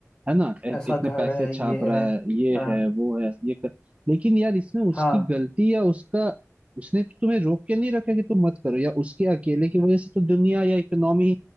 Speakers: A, on the right (about 25°); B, on the left (about 15°).
A: है ना इ-
B: ऐसा
A: इतने
B: घर
A: पैसे
B: है
A: छाप
B: ये
A: रहा
B: है
A: है ये
B: हाँ
A: है वो है ये कर... लेकिन यार इसमें उसकी
B: हाँ
A: गलती या उसका उसने तो तुम्हें रोक के नहीं रखा कि तुम मत करो या उसके अकेले की वजह से तो दुनिया या इकोनॉमी